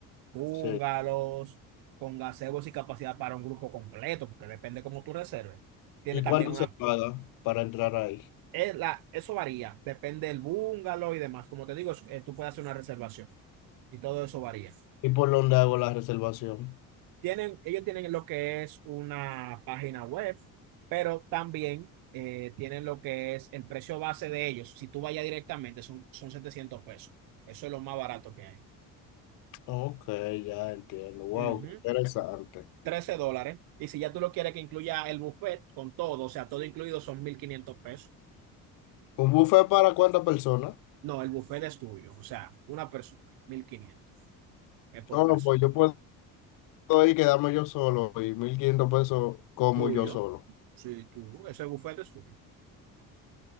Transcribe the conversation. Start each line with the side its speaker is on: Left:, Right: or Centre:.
Right: húngaros,
Left: Sí.
Right: con gazebos y capacidad para un grupo completo, porque depende cómo tú reserves. Tiene
Left: ¿Y
Right: también
Left: cuánto
Right: una,
Left: se paga para entrar ahí?
Right: eh, la- eso varía, depende del bungalow y demás. Como te digo, es- eh, tú puedes hacer una reservación y todo eso varía.
Left: ¿Y por dónde hago la reservación?
Right: Tienen, ellos tienen lo que es una página web, pero también eh, tienen lo que es el precio base de ellos. Si tú vayas directamente, son, son 700 pesos. Eso es lo más barato que hay.
Left: Ok, ya entiendo. Wow,
Right: Ujú.
Left: qué interesante.
Right: trece dólares. Y si ya tú lo quieres que incluya el buffet con todo, o sea, todo incluido son 1.500 pesos.
Left: ¿Un buffet para cuántas personas?
Right: No, el buffet es tuyo, o sea, una persona, 1.500 es
Left: No,
Right: por
Left: no,
Right: persona.
Left: pues yo puedo ir y quedarme yo solo y 1500 pesos como
Right: Tuyo,
Left: yo solo.
Right: sí, tú, ese buffet es tuyo.